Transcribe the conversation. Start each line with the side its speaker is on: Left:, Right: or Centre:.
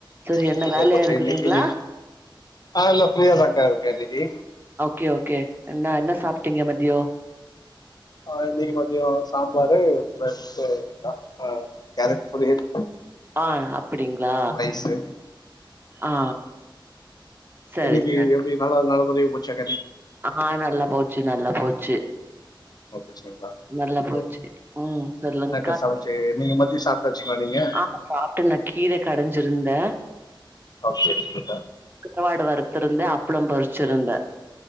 Right: சரி
Left: அப்பிடிக்கா
Right: என்ன வேலையா
Left: போச்சி
Right: இருக்குறீங்களா
Left: இன்னிக்கு இன்னி ஆ இல்ல ஃப்ரியாதாக்கா இருக்கே இன்னிக்கு
Right: கே ஓகே என்ன என்ன சாப்டீங்க மதியோ
Left: ஆ இன்னிக்கு மதியோ சாம்பாரு ப்ரஸ் இருக்கா ஆ கேரட் பொரியல்
Right: ஆ அப் ப்பிடிங்ளா
Left: ரைஸு
Right: ஆ சரி
Left: இன்னிக்கு
Right: சரி
Left: எப்பிடி நல்லா நல்ல <unintelligible>
Right: ஆ நல்லா போச்சு நல்லா போச்சு
Left: நல்லா போச்சுங்களா
Right: நல்லா
Left: ஓகே
Right: போச்சு
Left: ஓகே
Right: ம் தெர்லங்
Left: என்னக்கா சமைச்சு நீங்க மதியம் சாப்ட்டாச்சுங்களா நீங்க
Right: ஆ சாப்ட்டு நா கீர கடைஞ்சிருந்தே
Left: ஓகே ஓகேக்கா
Right: கருவாடு வறு த்து இருந்தே அப்ளம் பொறிச்சிருந்தே